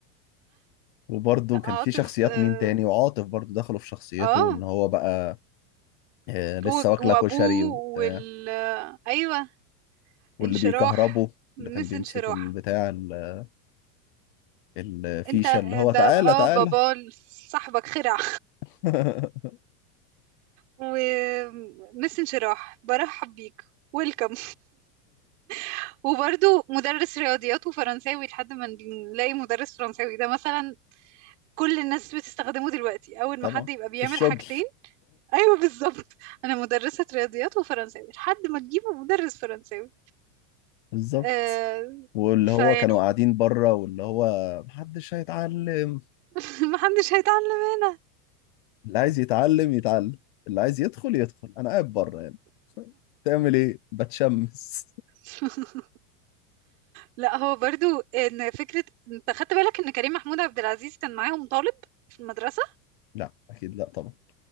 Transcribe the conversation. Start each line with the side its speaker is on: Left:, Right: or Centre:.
Left: وبرضه
Right: لا
Left: كان
Right: عاطف
Left: في شخصيات
Right: اه
Left: مين تاني وعاطف برضه دخلوا في شخصيته
Right: آه.
Left: ان هو بقى آه، لسه
Right: و-
Left: واكله
Right: وابوه
Left: كشري وبتاع.
Right: وال ايوه
Left: واللي
Right: انشراح
Left: بيكهربه
Right: مس
Left: اللي كان بيمسك
Right: انشراح
Left: البتاع ال- الفيشه
Right: انت
Left: اللي هو
Right: ده
Left: تعالى
Right: اه
Left: تعالى
Right: بابا صاحبك خرع
Left: <laughs>
Right: ومس انشراح برحب بيك ويلكم <laughs> وبرضو مدرس رياضيات وفرنساوي لحد ما نلاقي مدرس فرنساوي ده مثلا كل الناس بتستخدمه دلوقتي اول ما
Left: طبعا
Right: حد يبقى بيعمل
Left: في الشغل
Right: حاجتين ايوه بالظبط <laughs> انا مدرسة رياضيات وفرنساوي لحد ما تجيبوا مدرس فرنساوي
Left: بالظبط
Right: آه
Left: واللي
Right: فيعني
Left: هو كانوا قاعدين بره واللي هو محدش هيتعلم
Right: <laughs> ما حدش هيتعلم هنا
Left: اللي عايز يتعلم يتعلم اللي عايز يدخل يدخل انا قاعد بره يعني تعمل ايه بتشمس
Right: <laughs> لا هو برضو ان فكرة انت خدت بالك ان كريم محمود عبد العزيز كان معاهم طالب في المدرسة
Left: <laughs> لا اكيد لا طبعا